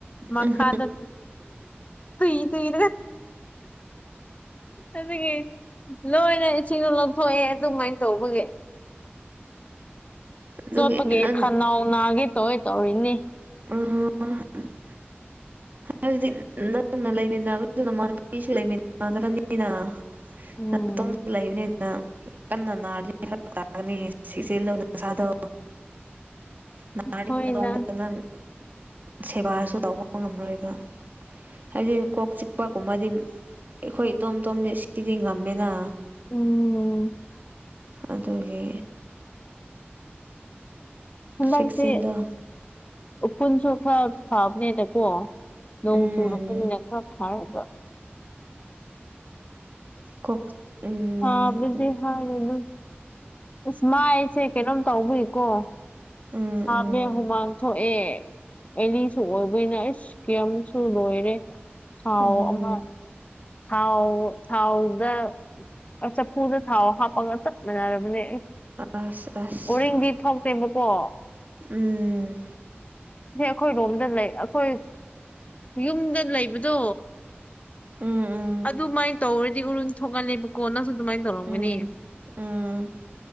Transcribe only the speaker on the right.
ꯎꯝ
ꯑꯗꯨꯒꯤ
ꯅꯪ
ꯑ ꯍꯥꯏꯗꯤ ꯅꯪꯅ ꯂꯩꯃꯤꯟꯅꯕ ꯅꯃꯄꯤꯁꯨ ꯂꯩꯃꯤꯟꯅꯗꯕꯅꯤꯅ
ꯑ ꯇ ꯂꯩꯥꯏꯕꯅꯦ ꯀꯟꯅ ꯅꯥꯔꯅꯤ ꯈꯔ ꯇꯥꯒꯅꯤ ꯁꯤꯁꯦꯂꯨꯅ ꯑꯁꯥꯗꯣ ꯅꯍꯥꯔꯤꯉꯩꯗꯣꯝꯗꯗ
ꯅꯪ ꯁꯦꯕꯥꯁꯨ ꯇꯧꯕ ꯉꯝꯔꯣꯏꯕ ꯍꯥꯏꯗꯤ ꯀꯣꯛ ꯆꯤꯛꯄꯒꯨꯝꯕꯗꯤ ꯑꯩꯈꯣꯏ ꯏꯇꯣꯝꯇꯣꯝꯗꯤ ꯁꯤꯗꯤ ꯉꯝꯃꯦꯅ
ꯑꯗꯨꯒꯤ
ꯆꯦꯛꯁꯤꯜꯂꯣ
ꯎꯝ
ꯀꯣꯛ ꯎꯝ
ꯎꯝ ꯎꯝ
ꯎꯝ
ꯑꯁ ꯑꯁ
ꯎꯝ
ꯎꯝ ꯎꯝ
ꯎꯝ ꯎꯝ